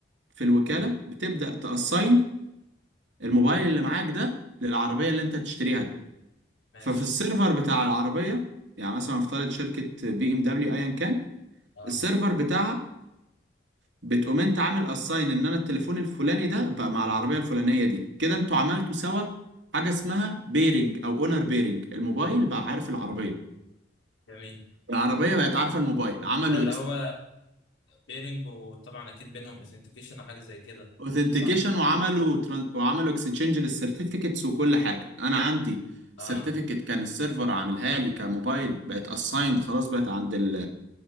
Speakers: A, on the right; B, on the left.
A: في الوكالة
B: اه
A: بتبدأ تأساين الموبايل اللي معاك ده للعربية اللي انت هتشتريها ده
B: ماشي
A: ففي السيرفر بتاع العربية يعني مثلا افترض شركة بي ام دبليو ايا كان
B: اه
A: السيرفر بتاعها بتقوم انت عامل اساين ان انا التليفون الفلاني ده بقى مع العربية الفلانية دي كده انتوا عملتوا سوا حاجة اسمها بيرنج او اونر بيرنج الموبايل بقى عارف العربية
B: جميل
A: العربية بقت عارفة الموبايل عملوا
B: ده اللي
A: إكس...
B: هو بيرنج وطبعا اكيد بينهم اثنتيكيشن او حاجه زي كده
A: اوثنتيكيشن
B: صح؟
A: وعملوا تران... وعملوا اكستشينج للسيرتيفيكتس وكل حاجه انا عندي
B: اه
A: سيرتيفيكت كان السيرفر عاملها لي كموبايل بقت اسايند خلاص بقت عند ال-